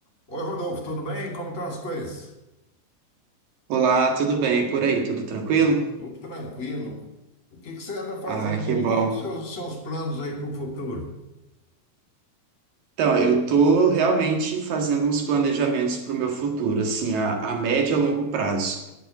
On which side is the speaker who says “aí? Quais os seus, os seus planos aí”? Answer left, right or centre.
Left